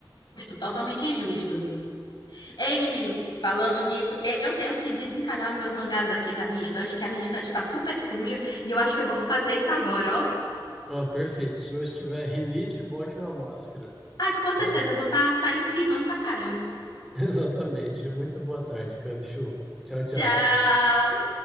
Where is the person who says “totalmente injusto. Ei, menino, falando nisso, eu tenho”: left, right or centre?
Left